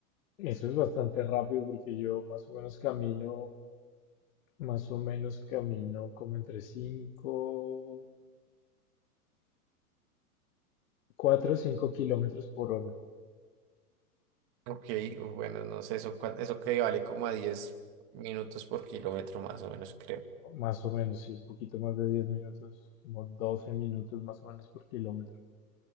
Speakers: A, on the left; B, on the right.
A: Eso es bastante rápido porque yo más o menos camino, más o menos camino como entre 5, 4 o 5 kilómetros por hora,
B: Ok, bueno, no sé, eso, cua- eso que vale como a diez minutos por kilómetro más o menos, creo.
A: más o menos, sí, un poquito más de 10 minutos, como 12 minutos más o menos por kilómetro.